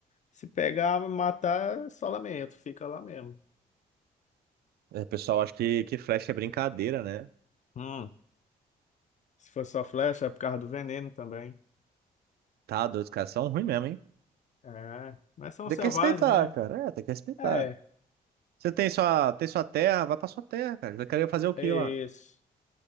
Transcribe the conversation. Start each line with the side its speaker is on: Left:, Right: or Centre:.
Left: se pegar, matar, é só lamento, fica lá mesmo.
Right: É, O pessoal acha que, que flecha é brincadeira, né?
Left: Hum. Se for só flecha, é por causa do veneno também.
Right: Tá, doido, os caras são ruins mesmo, hein?
Left: É, mas são
Right: Tem
Left: selvagens,
Right: que respeitar,
Left: né?
Right: cara. É, tem que respeitar.
Left: É,
Right: Você tem sua, tem sua terra, vai pra sua terra, cara. Vai querer fazer o que
Left: é
Right: lá?
Left: isso.